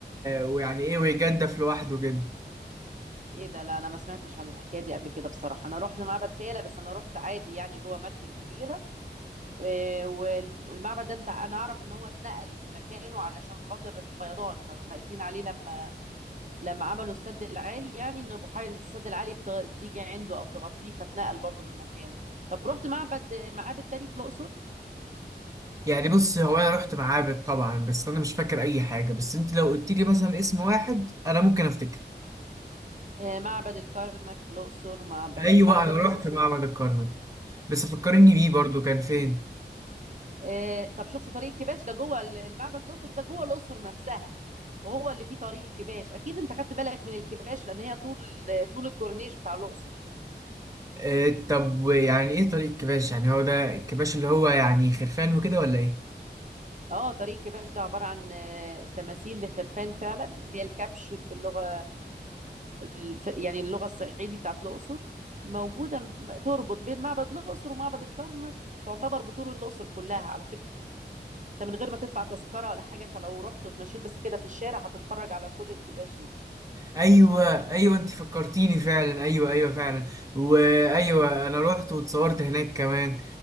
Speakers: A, on the right (about 20°); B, on the right (about 45°).
A: ويعني ايه ويجدف لوحده كده
B: ايه ده لا انا ما سمعتش عن الحكايه دي قبل كده بصراحه انا رحت معبد فيلة بس انا رحت عادي يعني جوه مركب كبيره إيه، وال- والمعبد ده انت انا اعرف ان هو اتنقل من مكانه علشان خاطر الفيضان كانوا خايفين عليه لما لما عملوا السد العالي يعني ان بحيره السد العالي بت- تيجي عنده او تغطيه فتنقل برضو من مكانه طب رحت معبد معابد تاني في الاقصر
A: يعني بص هو انا رحت معابد طبعا بس انا مش فاكر اي حاجه بس انت لو قلت لي مثلا اسم واحد انا ممكن افتكر
B: آه، معبد الكرنك في الاقصر معبد
A: ايوه
B: معبد
A: انا رحت
B: الاقصر
A: معبد الكرنك بس فكرني بيه برضو كان فين
B: آه، طب شفت طريق الكباش ده جوه ال- المعبد الاقصر ده جوه الاقصر نفسها وهو اللي فيه طريق الكباش اكيد انت خدت بالك من الكباش لان هي طول ال- طول الكورنيش بتاع الاقصر
A: آه طب يعني ايه طريق كباش يعني هو ده الكباش اللي هو يعني خرفان وكده ولا ايه
B: اه طريق الكباش ده عباره عن آه، تماثيل لخرفان فعلا اللي هي الكبش باللغه الف- يعني اللغة الصعيدي بتاعت الأقصر موجودة م- تربط بين معبد الأقصر ومعبد الكرنك تعتبر بطول الأقصر كلها على فكرة انت من غير ما تدفع تذكرة ولا حاجة انت لو رحت وتمشيت بس كده في الشارع هتتفرج على كل الكباش دي
A: ايوه ايوه انت فكرتيني فعلا ايوه ايوه فعلا وايوه انا رحت واتصورت هناك كمان